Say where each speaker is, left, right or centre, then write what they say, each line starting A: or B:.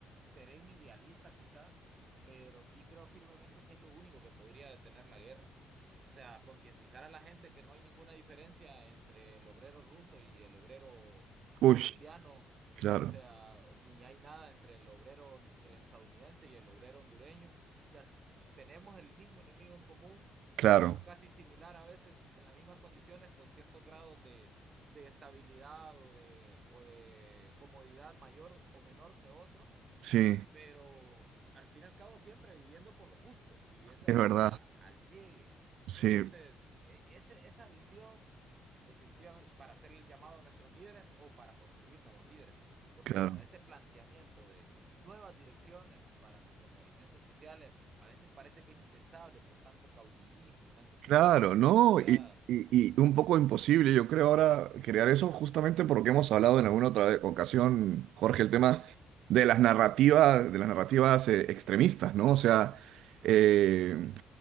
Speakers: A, on the right; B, on the right.
A: seré un idealista quizás, pero sí creo firmemente que es lo único que podría detener la guerra. O sea, concientizar a la gente que no hay ninguna diferencia entre el obrero ruso y el obrero
B: Uy,
A: colombiano.
B: claro,
A: O sea, ni hay nada entre el obrero estadounidense y el obrero hondureño. O sea, s- tenemos el mismo enemigo en común,
B: claro.
A: vivimos casi similar a veces en las mismas condiciones, con ciertos grados de, de estabilidad o de, o de comodidad mayor o menor que otros
B: Sí,
A: pero al fin y al cabo siempre viviendo con lo justo, viviendo
B: es
A: al
B: verdad.
A: día, al llegue.
B: Sí,
A: Entonces, e- ese, esa visión, definitivamente, para hacer el llamado a nuestros líderes o para construir nuevos líderes, porque
B: claro.
A: bueno, ese planteamiento de nuevas direcciones para nuestros movimientos sociales, a veces parece que es impensable por tanto caudillismo y tanto
B: Claro,
A: culto a la personalidad.
B: ¿no? Y, y- y un poco imposible, yo creo, ahora crear eso justamente porque hemos hablado en alguna otra vez- ocasión, Jorge, el tema
A: Y sí,
B: de las narrativas, de las narrativas eh, extremistas, ¿no? O sea, eh,